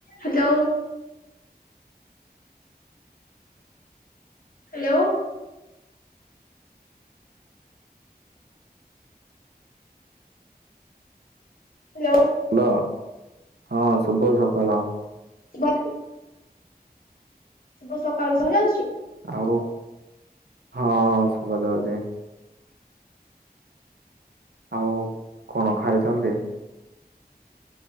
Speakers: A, on the left; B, on the right.
A: Hello. Hello. Hello
B: hello ହଁ ଶୁଭ ସକାଳ।
A: ଶୁଭ ଶୁଭ ସକାଳ ସୁଭା ଯାଉଛି ‌
B: ଆଉ ହଁ ଶଭା ଜାଉଛି। ଆଉ କଣ ଖାଇଛନ୍ତି।